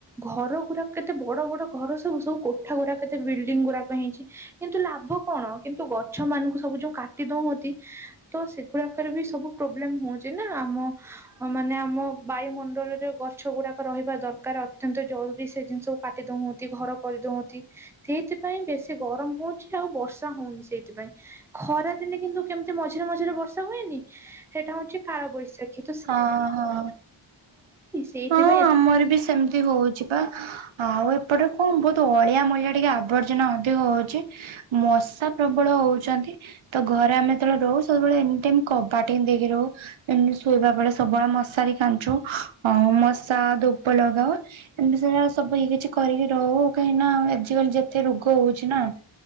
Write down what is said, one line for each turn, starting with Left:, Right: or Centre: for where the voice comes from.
Centre: ଘର ଗୁଡାକ କେତେ ବଡ ବଡ ଘର ସବୁ ସବୁ କୋଠା ଗୁଡାକ କେତେ ବିଲଡିଂ ଗୁଡାକ ହେଇଛି। କିନ୍ତୁ ଲାଭ କଣ କିନ୍ତୁ ଗଛ ମାନଙ୍କୁ ସବୁ ଯୋଉ କାଟି ଦଉଅନ୍ତି। ତ ସେଗୁଡାକରେ ବି ସବୁ ପ୍ରୋବଲେମ ହଉଛି ନା ଆମ ଅ ମାନେ ଆମ ବାୟୁମଣ୍ଡଳରେ ଗଛ ଗୁଡାକ ରହିବା ଦରକାର ଅତ୍ୟନ୍ତ ଜରୁରୀ ସେ ଜିନିଷ କାଟି ଦଉଅନ୍ତି ଘର କରିଦୋଉ ତି ସେଇଥିପାଇଁ ବେଶୀ ଗରମ ହଉଛି ଆଉ ବର୍ଷା ହଉନି ସେଇଥିପାଇଁ। ଖରାଦିନେ କିନ୍ତୁ କେମିତି ମଝିରେ ମଝିରେ ବର୍ଷା ହୁଏନି ସେଇଟା ହେଉଛି କାଳବୈଶାଖୀ।
Right: ହଁ ହଁ
Centre: ସେଇଥିପାଇଁ
Right: ହଁ
Centre: ଏତେ
Right: ଆମର ବି ସେମିତି ହଉ ଯିବା ଆଉ ଏପଟେ କଣ ବହୁତ ଅଳିଆ ମୂଳିଆ ଟିକେ ଆବର୍ଜନା ଅଧିକ ହଉଛି। ମଶା ପ୍ରବଳ ହଉଛନ୍ତି। ତ ଘରେ ଆମେ ଯେତେବେଳେ ରହୁ ସବୁବେଳେ ଏନି ଟାଇମ୍ କବାଟ ହିଁ ଦେଇକି ରହୁ ଏମିତି ସୁ ଶୋଇବା ବେଳେ ସବୁବେଳେ ମଶାରି କାଞ୍ଚୁ ଆ ମଶା ଧୂପ ଲଗାଉ। ଏମତି ସେରା ସବୁ ଇଏ କିଛି କରିକି ରହୁ କାହିଁକି ନା ଆଜିକାଲି ଯେତେ ରୋଗ ହଉଛି ନା?